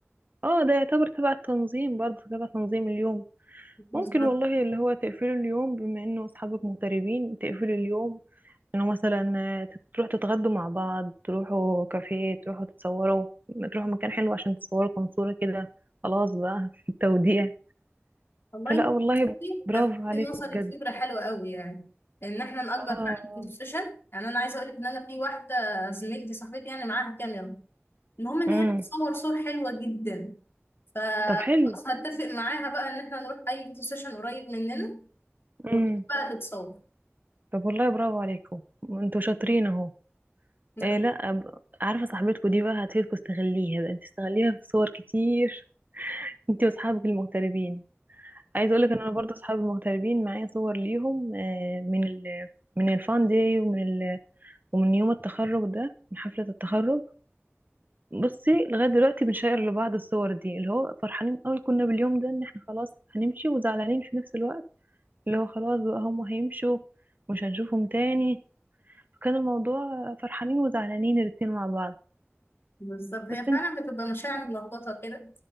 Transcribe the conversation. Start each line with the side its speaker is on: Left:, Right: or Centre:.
Right: اه ده يعتبر تبع التنظيم برضه تبع تنظيم اليوم
Left: بالظبط.
Right: ممكن والله اللي هو تقفلوا اليوم بما انه اصحابك مغتربين تقفلوا اليوم انه مثلا آه، تت- تروحوا تتغدوا مع بعض تروحوا كافيه تروحوا تتصوروا تروحوا مكان حلو عشان تصوروا كام صورة كده خلاص بقى <laughs> في التوديع
Left: والله
Right: فلا
Left: انت
Right: والله
Left: بصي،
Right: برافو
Left: لفتت
Right: عليكم
Left: نظري
Right: بجد
Left: لفكرة حلوة قوي يعني ان احنا نأجر
Right: اه
Left: فعلا فوتو سيشن يعني انا عايزة اقول لك ان انا في واحدة زميلتي صاحبتي يعني معاها كاميرا المهم ان
Right: امم
Left: هي بتصور صور حلوه جدا فخلاص
Right: طب حلو
Left: هتفق معاها بقى ان احنا نروح اي فوتو سيشن قريب مننا
Right: امم
Left: وهي بقى اللي تصور
Right: طب والله برافو عليكم انتوا شاطرين اهو
Left: لا
Right: إيه لا ب- عارفه صاحبتكم دي بقى هتفيدكم استغليها بقى انت استغليها في صور كتير <laughs> انت واصحابك المغتربين عايز اقول لك ان انا برضه اصحابي المغتربين معايا صور ليهم آه، من ال من الفان داي ومن ال ومن يوم التخرج ده من حفله التخرج بصي لغايه دلوقتي بنشير لبعض الصور دي اللي هو فرحانين قوي كنا باليوم ده ان احنا خلاص هنمشي وزعلانين في نفس الوقت اللي هو خلاص بقى هم هيمشوا مش هنشوفهم تاني فكان الموضوع فرحانين وزعلانين الاتنين مع بعض
Left: بالظبط هي
Right: بس انت
Left: فعلا بتبقى مشاعر
Right: مم.
Left: ملخبطه كده